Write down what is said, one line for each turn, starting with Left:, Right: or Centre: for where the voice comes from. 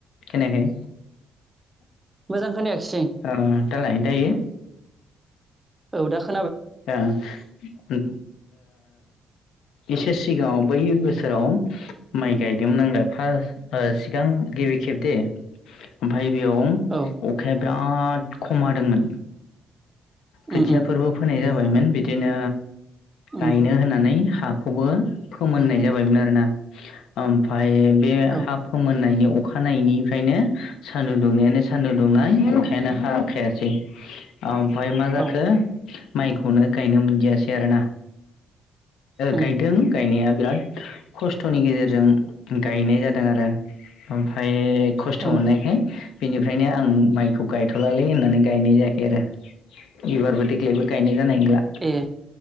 Left: खोनायाखै
Right: मोजां खोनायाखिसै
Left: अ दालाय दायो
Right: औ दा खो
Left: आ ओ इसे सिगाङाव बै बोसोराव माइ गायदोंमोन आङो फारस् सिगां गिबि खेब दे ओमफाय बेयाव
Right: औ
Left: अखाया बिराद खम हादोंमोन
Right: उम
Left: खोथिया
Right: उम
Left: फोरबो होननाय जाबायमोन बिदिनो
Right: उम
Left: गायनो होननानै हा खौबो फोमोननाय जाबायमोन आरोना ओमफा बे
Right: औ
Left: हा फोमोननायनि अ अखानायनिफ्रायनो सान्दुं दुंनायानो सान्दुं दुंनाय अखायानो हाखायासै ओमाय मा जाखो
Right: औ
Left: माइखौनो गायनो मोनदियासै आरो
Right: उम
Left: गायदों गायनाया बिराद खस्थ'नि गेजेरजों गायनाय जादों आरो ओमफ्राय खस्थ'
Right: औ
Left: मोननायखाय बेनिफ्रायनो आं माइखौ गायथ'लालै होननानै गायनाय जायाखै आरो एबारबो यावबो गायनाय जानाय नंला
Right: ए